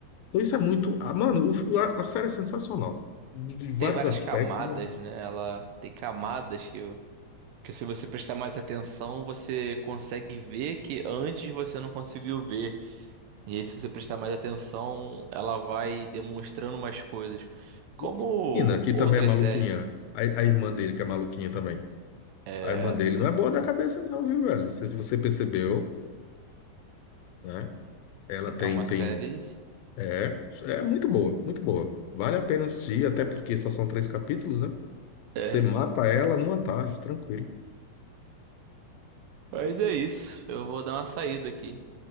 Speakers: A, on the left; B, on the right.
A: Então isso é muito. ah, mano, o- a, a série é sensacional. De, de vários
B: Tem várias
A: aspectos.
B: camadas,
A: né?
B: né? Ela tem camadas que, que se você prestar mais atenção, você consegue ver que antes você não conseguiu ver. E aí, se você prestar mais atenção, ela vai demonstrando umas coisas. Como
A: E a Ina, que
B: outras
A: também é maluquinha.
B: séries, né?
A: A, a irmã dele, que é maluquinha também.
B: É,
A: A irmã dele não é boa da cabeça, não, viu, velho? Não sei se você percebeu, né? Ela tem,
B: é uma
A: tem.
B: série.
A: É, é muito boa, muito boa. Vale a pena assistir, até porque só são três capítulos, né?
B: É.
A: Você mata ela numa tarde, tranquilo.
B: Mas é isso. Eu vou dar uma saída aqui.